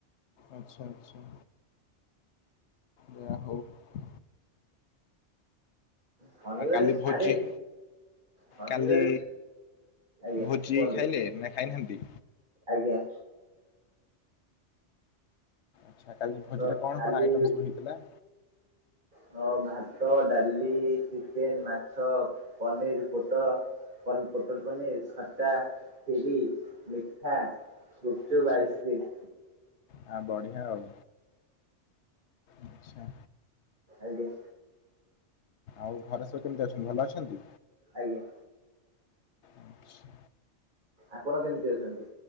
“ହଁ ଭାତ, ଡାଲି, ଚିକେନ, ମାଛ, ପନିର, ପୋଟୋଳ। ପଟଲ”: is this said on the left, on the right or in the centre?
Right